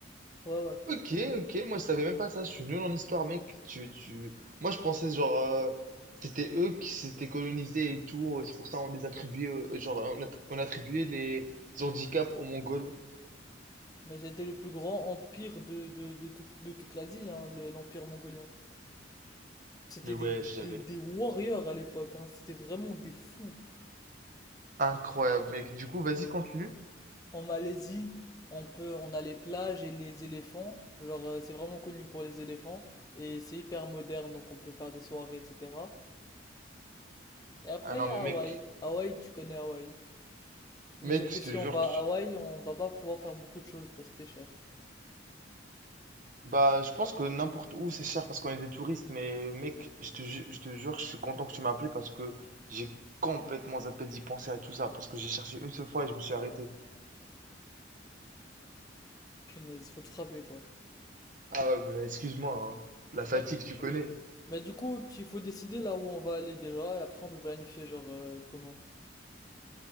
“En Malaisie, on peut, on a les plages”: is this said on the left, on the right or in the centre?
Left